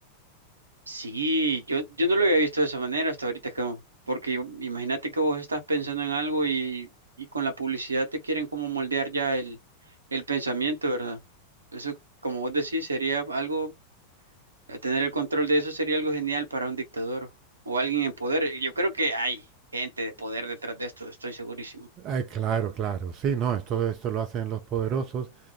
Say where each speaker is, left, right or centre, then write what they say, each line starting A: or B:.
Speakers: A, on the right; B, on the right.
A: Sí, yo, yo no lo había visto de esa manera hasta ahorita, Camo, porque im- imagínate que vos estás pensando en algo y, y con la publicidad te quieren como moldear ya el, el pensamiento, ¿verdad? Eso, como vos decís, sería algo, eh, tener el control de eso sería algo genial para un dictador o alguien en poder. Yo creo que hay gente de poder detrás de esto, estoy segurísimo.
B: Ay, claro, claro. Sí, no, esto, esto lo hacen los poderosos